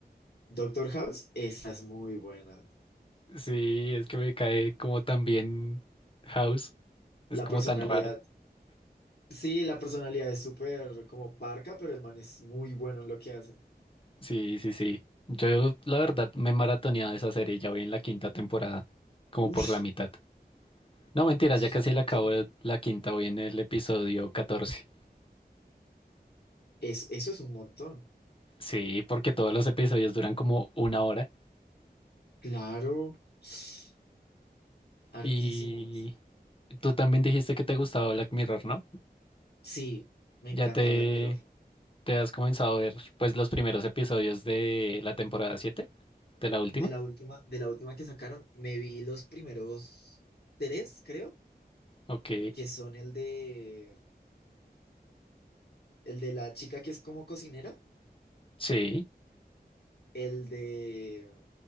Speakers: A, on the left (about 75°); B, on the left (about 30°).
A: Doctor House, esa es muy buena.
B: Sí, es que me cae como tan bien House.
A: La
B: Es como
A: personalidad,
B: tan raro.
A: sí, la personalidad es súper como parca, pero el man es muy bueno en lo que hace.
B: Sí, sí, sí. Yo, la verdad, me he maratoneado esa serie. Ya voy en la quinta temporada, como
A: Ush,
B: por la mitad. No, mentiras,
A: eso
B: ya
A: es
B: casi
A: un montón.
B: la acabo la quinta. Voy en el episodio catorce.
A: Es, eso es un montón.
B: Sí, porque todos los episodios duran como una hora.
A: Claro, <sniffs> hartísimos.
B: Y tú también dijiste que te gustaba Black Mirror, ¿no?
A: Sí, me
B: Ya
A: encanta
B: te,
A: Black Mirror.
B: te has comenzado a ver, pues, los primeros episodios de la temporada 7, de la última.
A: De la última, de la última que sacaron, me vi los primeros tres, creo,
B: Ok,
A: que son el de el de la chica que es como cocinera,
B: sí.
A: el de